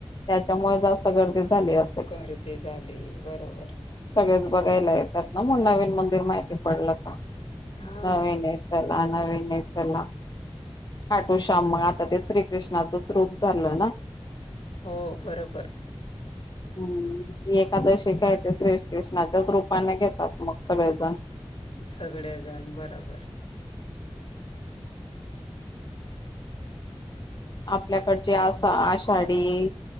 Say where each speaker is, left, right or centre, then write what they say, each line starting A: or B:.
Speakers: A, on the left; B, on the left.
A: त्याच्यामुळे जा. गर्दी झाली. असेल
B: गर्दी झाली बरोबर.
A: सगळेच बघायला येतात ना मग नवीन मंदिर माहिती पडलं का
B: हा
A: नवीन आहे. चला नविन आहे चला काटो श्याम मग आता ते श्रीकृष्णाचच रूप झालं ना.
B: हो बरोबर.
A: <inaudible> हम्म ती एकादशी काय श्रीकृष्णाच्याच रूपाने घेतात मग सगळेजण
B: सगळेजण बरोबर.
A: आपल्याकडची अस आषाढी